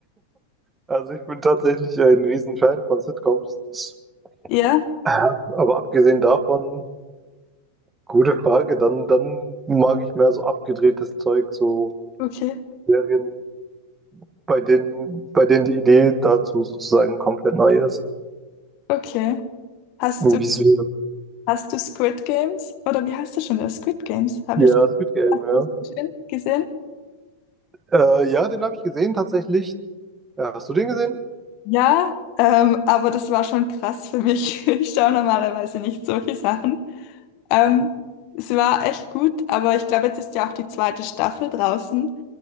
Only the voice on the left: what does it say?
Ja?
Okay.
Okay. Hast
du, hast du Squid Games? Oder wie heißt das schon wieder? Squid Games? Habe
ich
das
gesehen? gesehen?
Ja, ähm, aber das war schon krass für mich. <laughs> Ich schaue normalerweise nicht solche Sachen. Ähm, es war echt gut, aber ich glaube, jetzt ist ja auch die zweite Staffel draußen